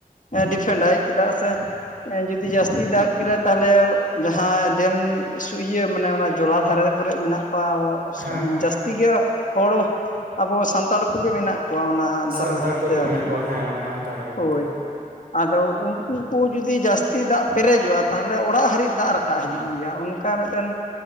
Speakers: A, on the left (about 60°); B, on the right (about 85°).
A: ᱰᱤᱯᱮᱱᱰᱟᱭ, ᱪᱮᱫᱟᱜ ᱥᱮ ᱡᱩᱫᱤ ᱡᱟᱹᱥᱛᱤ ᱫᱟᱜ ᱠᱮᱫᱟ ᱛᱟᱦᱚᱞᱮ ᱡᱟᱦᱟᱸ ᱰᱮᱢ ᱤᱭᱟᱹ ᱢᱟᱱᱮ ᱚᱱᱟ ᱡᱚᱞᱟ ᱫᱷᱟᱨᱮ ᱠᱚᱨᱮ ᱢᱮᱱᱟᱜ ᱠᱚᱣᱟ ᱟᱵᱚ
B: ᱦᱮᱸ
A: ᱡᱟᱹᱥᱛᱤ ᱜᱮ ᱦᱚᱲ ᱟᱵᱚ ᱥᱟᱱᱛᱟᱲ ᱠᱚᱜᱮ ᱢᱮᱱᱟᱜ ᱠᱚᱣᱟ ᱚᱱᱟ ᱫᱷᱟᱨᱮ
B: ᱥᱟᱱᱛᱟᱲ
A: ᱫᱷᱟᱨᱮᱛᱮ
B: ᱠᱚᱜᱮ ᱢᱮᱱᱟᱜ
A: ᱟᱨᱠᱤ
B: ᱠᱚᱣᱟ ᱦᱮᱸ ᱚᱱᱟ ᱟᱨᱮ ᱨᱮᱫᱚ,
A: ᱦᱳᱭ, ᱟᱫᱚ ᱩᱱᱠᱩ ᱠᱚ ᱡᱩᱫᱤ ᱡᱟᱹᱥᱛᱤ ᱫᱟᱜ ᱯᱮᱨᱮᱡᱚᱜᱼᱟ ᱛᱟᱦᱚᱞᱮ ᱚᱲᱟᱜ ᱦᱟᱹᱨᱤᱡ ᱫᱟᱜ ᱨᱟ ᱠᱟᱜ ᱦᱤᱡᱩᱜ ᱜᱮᱭᱟ ᱚᱱᱠᱟ ᱢᱤᱫᱴᱮᱱ